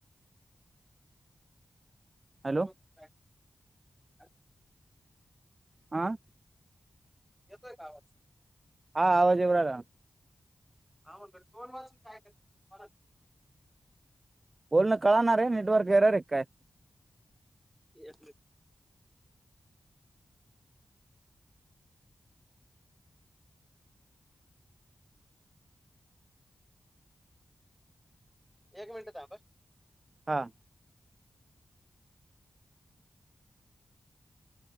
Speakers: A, in the centre; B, on the right.
A: Phone
B: hello?
A: वाचून काय अरे,
B: आं?
A: येतोय का आवाज?
B: हा, आवाज येऊन राहिला.
A: <unintelligible> <inaudible>
B: बोलणं कळणा रे, नेटवर्क एरर आहे काय?
A: ये एक मिनट थांब आ
B: हां.